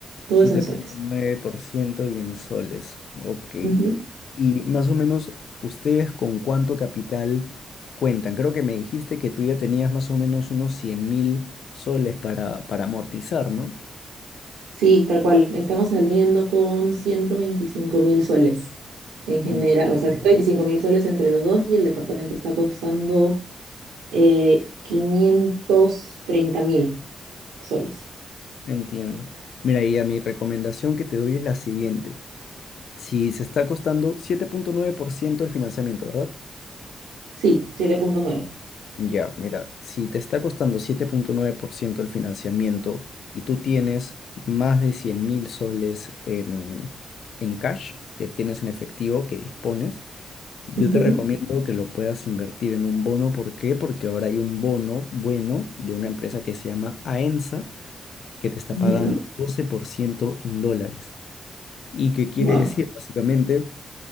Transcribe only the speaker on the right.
Todo
es en soles.
Ujú.
Sí, tal cual. Estamos saliendo con ciento veinticinco mil soles en general.
O sea, ciento veinticinco mil soles entre los dos y el departamento está costando eh, quinientos treinta mil soles.
Sí, 7.9.
Ujú.
Ya,
Wow.